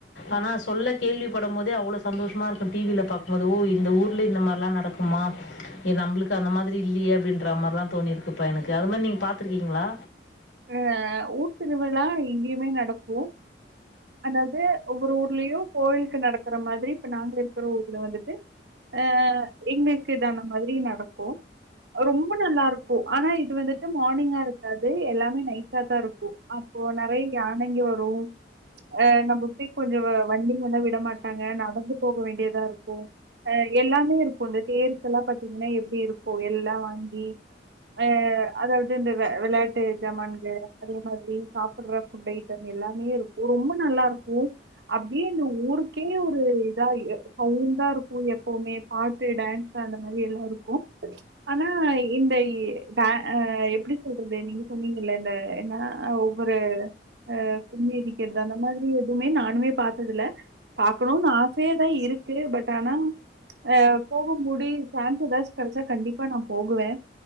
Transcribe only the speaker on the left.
ஆனா சொல்ல கேள்விபடும் போதே அவ்ளோ சந்தோஷமா இருக்கூ டிவில பாக்கும்போது ஓ இந்த ஊர்லே இந்த மாரிலா நடக் க்குமா ஏ நம்ளுக்கு அந்த மாதிரி இல்லியே அப்டின்ற மாரில்லா தோணிருக்குப்பா எனக்கு அதுல நீங்க் பாத்ருக்கீங்க்ளா